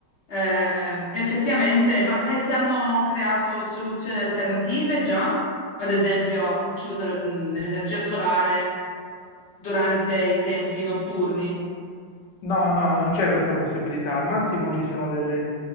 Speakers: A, on the left; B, on the left.
A: eh, effettivamente, ma sai se hanno creato soluzioni alternative già? Ad esempio, chiusa mh, l'energia solare durante i tempi notturni,
B: No, no, non c'è questa possibilità. Al massimo ci sono delle,